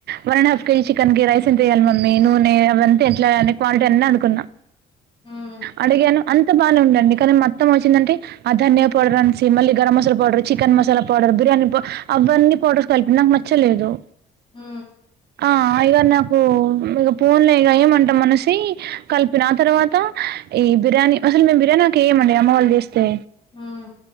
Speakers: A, on the right (about 60°); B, on the left (about 25°).
A: one and half KG chicken కి రైస్ంత వెయాలి మమ్మీ నూనే అవంత ఎట్లా కక్వాంటిటీ అన్ని కనుకున్నా
B: హ్మ్.
A: అడిగాను అంత బానే ఉదండి కానీ మొత్తం వచ్చిందంటే ఆ ధన్యా పౌడర్ అసి మళ్ీ garam masala powder chicken masala powder biryani powder అవన్నీ పౌడర్ కలిపిన నాకు నచ్చలేదు
B: హ
A: ఆ ఇగ నాకు ఇక ఫోన్ లో ఇక ఏమంటా మనిసి కలిపిన ఆ తర్వాత ఈ బిర్యానీ అసలు మేము బిర్యానీ ఆకు వేయమండి అమ్మవాళ్ళ చేస్తే
B: హ్మ్.